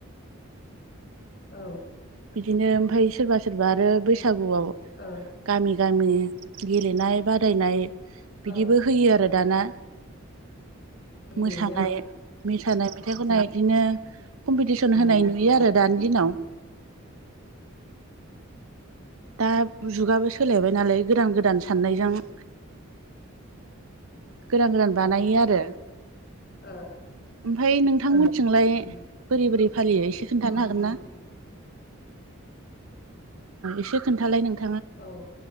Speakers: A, on the left (about 45°); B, on the right (about 75°).
A: औ।
B: बिदिनो ओमफ्राय सोरबा सोरबा आरो बै बैसागुआव
A: औ
B: गामि गामि गेलेनाय बादायनाय। बिदिबो
A: औ
B: होयो आरो दाना।
A: गामियैनो
B: मोसानाय मोसानाय मेथाइ खनाय इदिनो कम्पिटिसन
A: माने
B: होनाय नुयो आरो दानि दिनाव। दा जुगाबो सोलायबाय नालाय गोदान गोदान साननायजों गोदान गोदान बानायो
A: ओ
B: आरो
A: ओ
B: ओमफ्राय नोंथांमोनथिलाय
A: उम
B: बोरै बोरै फालियो एसे खिथानो
A: उम
B: हागोन
A: उम
B: ना। एसे खोन्थालाय नोंथां।
A: औ